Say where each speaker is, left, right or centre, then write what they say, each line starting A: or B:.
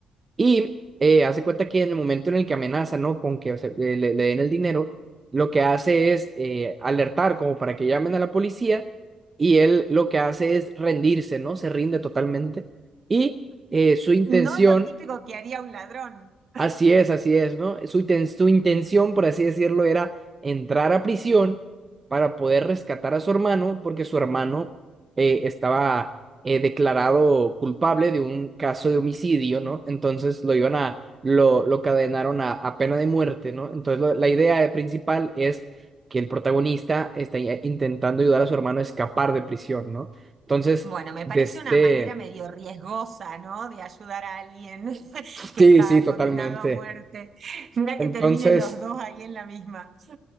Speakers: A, on the right (about 30°); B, on the right (about 50°).
A: y eh, haz de cuenta que en el momento en el que amenaza, ¿no? Con que se- le, le- den el dinero, lo que hace es eh, alertar como para que llamen a la policía y él lo que hace es rendirse, ¿no? Se rinde totalmente y eh, su intención
B: No lo típico que haría un ladrón.
A: Así es, así es, ¿no? Su, inten- su intención, por así decirlo, era entrar a prisión para poder rescatar a su hermano, porque su hermano eh, estaba eh, declarado culpable de un caso de homicidio, ¿no? Entonces lo iban a, lo, lo cadenaron a, a pena de muerte, ¿no? Entonces lo- la idea principal es que el protagonista está ya intentando ayudar a su hermano a escapar de prisión, ¿no? Entonces,
B: Bueno, me
A: de
B: parece
A: este...
B: una manera medio riesgosa, ¿no? De ayudar a alguien <laughs> que
A: Sí,
B: está
A: sí, totalmente.
B: condenado a muerte. Mira
A: Entonces...
B: que terminen los dos ahí en la misma.